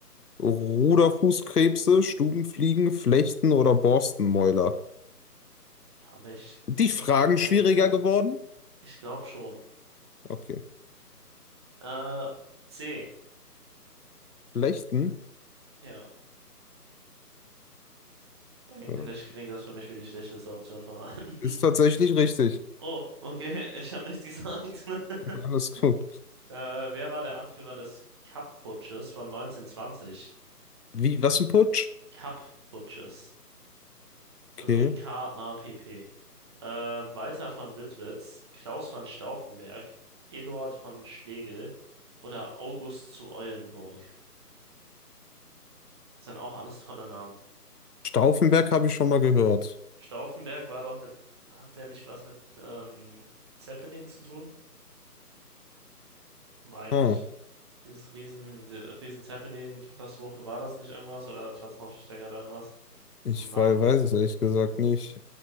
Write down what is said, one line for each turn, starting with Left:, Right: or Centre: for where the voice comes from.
Left: Ruderfußkrebse, Stubenfliegen, Flechten oder Borstenmäuler?
Right: Habe ich
Left: Die Fragen
Right: echt keinen
Left: schwieriger
Right: Plan.
Left: geworden?
Right: Ich glaube schon.
Left: Okay.
Right: Äh, C.
Left: Flechten?
Right: Ja, eigentlich
Left: Äh,
Right: klingt das für mich wie die schlechteste Option von allen. <laughs>
Left: Ist tatsächlich richtig.
Right: Oh, okay, ich habe nichts gesagt. <laughs>
Left: Alles gut.
Right: Äh, wer war der Anführer des Kapp-Putsches von 1920?
Left: Wie, was ein Putsch?
Right: Kapp-Putsches. Also
Left: Okay.
Right: K-A-P-P. Äh, Walter von Lüttwitz, Klaus von Stauffenberg, Eduard von Schlegel oder August zu Eulenburg. Das sind auch alles tolle Namen.
Left: Stauffenberg habe ich schon mal gehört.
Right: Stauffenberg war doch mit, hat der nicht was mit ähm, Zeppelin zu tun? Meine
Left: Ah,
Right: ich. Dieses Riesen, die Riesen Zeppelin-Katastrophe, war das nicht irgendwas oder vertausche ich da gerade irgendwas
Left: ich
Right: vom Namen?
Left: wei- weiß es ehrlich gesagt nicht.